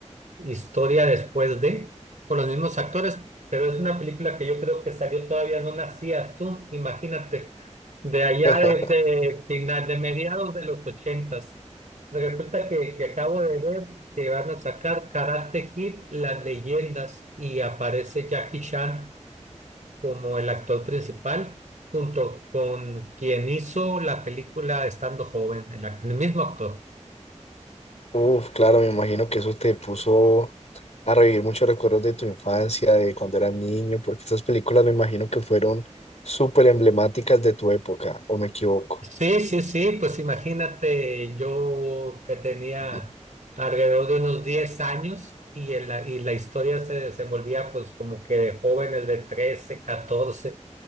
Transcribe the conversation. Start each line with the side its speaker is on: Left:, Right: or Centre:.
Right: historia después de, con los mismos actores, pero es una película que yo creo que salió todavía no nacías tú, imagínate. de allá
Left: <laughs>
Right: desde final de mediados de los ochentas. Resulta que, que acabo de ver que van a sacar Karate Kid, las leyendas, y aparece Jackie Chan como el actor principal, junto con quien hizo la película estando joven, el, ac- el mismo actor.
Left: Uf, claro, me imagino que eso te puso a revivir muchos recuerdos de tu infancia, de cuando eras niño, porque estas películas me imagino que fueron súper emblemáticas de tu época, ¿o me equivoco?
Right: Sí, sí, sí, pues imagínate yo que tenía
Left: <laughs>
Right: alrededor de unos 10 años y, en la, y la historia se desenvolvía pues como que de jóvenes de 13, catorce